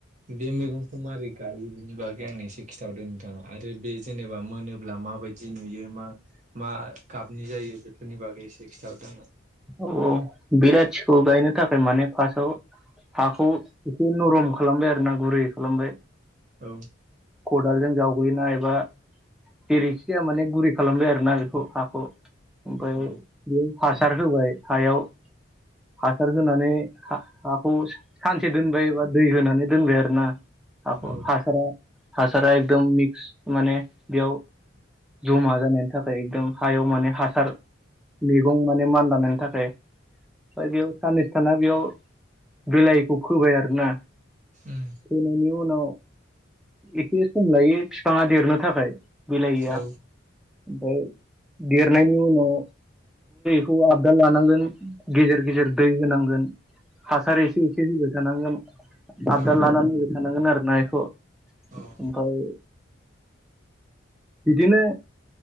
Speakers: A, on the right; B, in the centre.
A: बे मैगंखौ माबारै गायो बिनि बागै आं एसे खिथावदोंनोंथाङा आरो बे जेनेबा मोनोब्ला मा माबायदि नुयो मा मा गाबनि जायो बेफोरनि बागै एसे खिन्थाहरदों आङो
B: औ-औ बिलाथिखौ गायनो थाखाय माने फार्स्टआव हाखौ एसे नरम खालामबाय आरो ना गुरै खालामबाय
A: औ
B: खदालजों जावबोयोना एबा जेरैखिाया माने गुरै खालामबाय आरोोना बेखौ हाखौ ओमफफ्राय
A: औ
B: बे हासार हायाव हासार होनानै हाखौ सानसे दोनबायबा दै होनानै दोनबाय आरो ना हाखौ
A: औ
B: हासारा हासारा एकदम मिक्स माने बेयाव जमा जानायनि थाखाय एकदम हायाव माने हासार मैगं माने मान बानायनि थाखाय ओमफ्राय बेयाव साननैसो थाना बेयाव बिलाइखौ फोबाय आरोना
A: उम
B: फोयनि उनाव एसे सम लायो बिफाङा देरनो थाखाय बेलाहैया
A: औ
B: ओमफ्राय देरनायनि उनाव खौ आबदार लानांगोन गेजेर गेजेर दै होनांगोन हासार एसे एसे होबाय थानांगोन आबदाद
A: औ
B: लानानै फबाय थानांगोन आरोना बेखौ
A: औ
B: ओमफ्राय बिदिनो